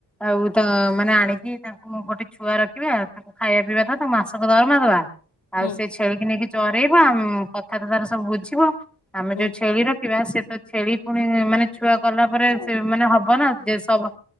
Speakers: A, in the centre; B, on the left.
A: ଆଉ ତ ମାନେ ଆଣିକି ତାଙ୍କୁ ଗୋଟେ ଛୁଆ ରଖିବା ତାଙ୍କୁ ଖାଇବା ପିଇବା ଦବା ତାଙ୍କୁ ମାସକୁ ଦରମା ଦବା। ଆଉ
B: ହୁଁ
A: ସେ ଛେଳିକୁ ନେଇକି ଚରେଇବା ଉଁ କଥା ତ ତାର ସବୁ ବୁଝିବା। ଆମେ
B: ହୁଁ।
A: ଯୋଉ ଛେଳିର <unintelligible> ବା ସେ ତ ଛେ। ପୁଣି ମାନେ ଛୁଆକୁ ଗଲା ପରେ
B: ହୁଁ।
A: ସେ ମାନେ ହବ ନା ଦେଢ଼ସ ଅ